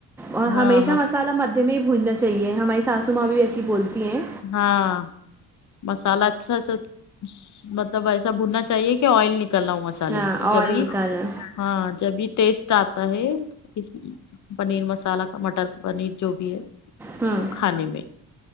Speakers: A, in the centre; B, on the left.
A: اور
B: ہاں
A: ہمیشہ
B: مس
A: مسالہ مدھے میں ہی بونجنا چاہیے ہماری ساسو ماں بھی ایسی بولتی ہیں
B: ہاں مسالہ اچھا سا مطلب ایسا بھوننا چاہیے کہ آئل نکلنا ہوا مسالے
A: ہاں
B: میں جب
A: آئل
B: بھی
A: نکالنا
B: ہاں جب بھی ٹیسٹ آتا ہے اس پنیر مسالہ مٹر پنیر جو بھی ہے
A: ہاں
B: وہ کھانے میں